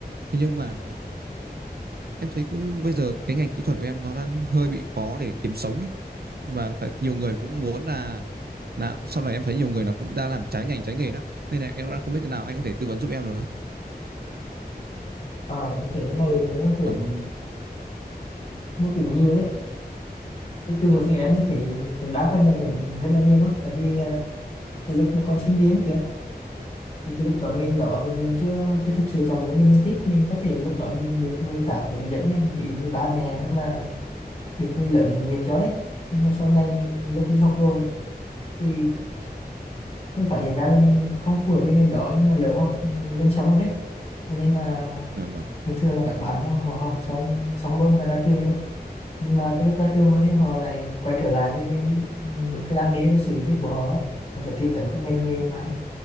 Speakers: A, on the right; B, on the left.
A: Thế nhưng mà em thấy cũng bây giờ cái ngành kỹ thuật của em nó đang hơi bị khó để kiếm sống ấy. Và phải- nhiều người cũng muốn là là sau này em thấy nhiều người nó cũng đã làm trái ngành trái nghề lắm. Nên là em đang không biết thế nào anh có thể tư vấn giúp em được không?
B: Ờ, em thấy cái này nó cũng
A: Ờ,
B: nó cũng nhiều đấy. Cái trường hợp như em em thấy cũng đa phần là cũng rất là nhiều luôn. Tại vì à, cái lúc mà còn sinh viên ấy kìa, thì cái lúc chọn ngành đó thì mình chưa chưa thực sự chọn đúng ngành mình thích. Mình có thể lúc đó mình được người khác hướng dẫn này, ví dụ như ba mẹ hoặc là được người lớn hướng nghiệp cho đấy. Nhưng mà sau này lúc đi học rồi thì mình phát hiện ra là mình không phù hợp với ngành đó nhưng mà lỡ học ừ, gần xong rồi đấy cho nên là
A: dạ vâng.
B: thường thường là các bạn nó họ học xong xong luôn và ra trường luôn nhưng mà cái lúc ra trường rồi thì họ lại quay trở lại với cái, ừ, cái đam mê với sự yêu thích của họ họ sẽ tìm tới một cái ngành nghề
A: Ờ.
B: mà